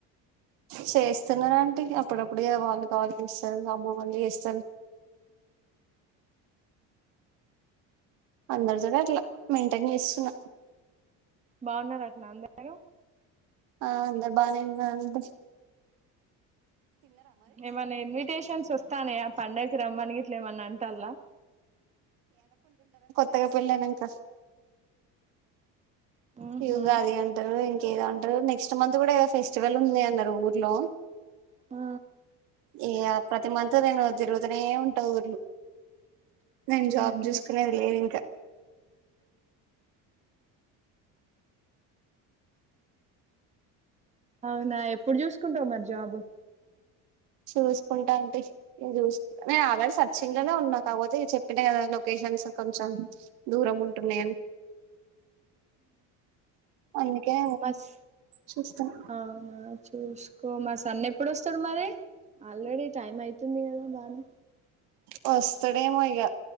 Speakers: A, on the right; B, on the right.
A: చేస్తున్నార అంటీ అప్పుడప్పుడ వాళ్ళు కాళు చేస్తారు అమ్మ వాళ్ళీ చేస్తారు అందరితో అట్లా మెయింటైన్ చేస్తున్నా
B: బాగున్నారు అతను అందరు
A: ఆ అంద బానే అంత
B: ఏమన్నా ఇన్విటేషన్స్ వస్తానే ఆ పండగకి రమ్మని ఇట్లా ఏమన్నా అంటలా
A: ఎత్తగా పిళ్లనంక
B: ఉహు
A: ఇగా అది గంటలు ఇంకేదంట నెక్స్ట్ మంత్ కూడా ఫెస్టివల్ ఉంది అన్నారు ఊర్లో
B: ఆ
A: ఇగ ప్రతి మంత్ నేను తిరుదనే ఉంటావుఊర్లు నేను జాబ్
B: ఉహు
A: చూసుకునేది లేదు ఇంకా
B: అవునా, ఎప్పుడు చూసుకుంటావు మరి జాబ్?
A: చూసుకుంటాన్ తీ, నేను చూసుకుంటా. నేను ఆగడ్ సర్చింగ్లోనే ఉన్నా. కాకపోతే, చెప్పినా కదా! లొకేషన్స్ కొంచెం దూరం ఉంటున్నాయని. అందుకే
B: బస్.
A: చూస్తున్నా
B: అవునా చూసుకో మా సన్ ఎప్పుడొస్తాడు మరి? ఆల్రెడీ టైం అయితుంది కదా బానే
A: వస్తడేమో ఇగ!